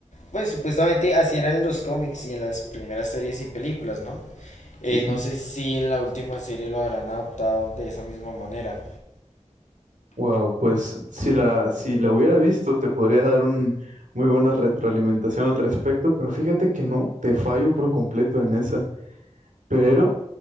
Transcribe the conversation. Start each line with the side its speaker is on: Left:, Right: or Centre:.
Left: Pues supuestamente así eran en los cómics y en las primeras series y películas, ¿no? Eh,
Right: Sí, sí.
Left: no sé si en la última serie lo habrán adaptado de esa misma manera.
Right: Wow, pues si la, si la hubiera visto, te podría dar un muy buena retroalimentación al respecto, pero fíjate que no, te fallo por completo en esa. Pero